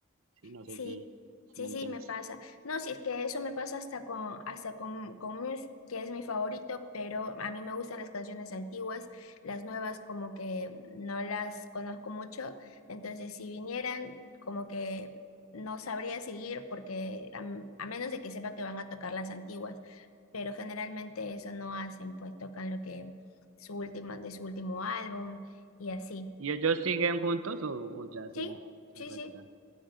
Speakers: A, on the right; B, on the left.
A: Sí, no
B: Sí,
A: sé si, si
B: sí,
A: me entiendes.
B: sí, me pasa. No, si es que eso me pasa hasta con, hasta con, con Muse, que es mi favorito, pero a mí me gustan las canciones antiguas, las nuevas como que no las conozco mucho, entonces si vinieran como que no sabría seguir porque a, m- a menos de que sepa que van a tocar las antiguas, pero generalmente eso no hacen, pues tocan lo que su última, de su último álbum y así.
A: ¿Y ellos siguen juntos o, o ya
B: Sí,
A: se,
B: sí,
A: se retiran?
B: sí,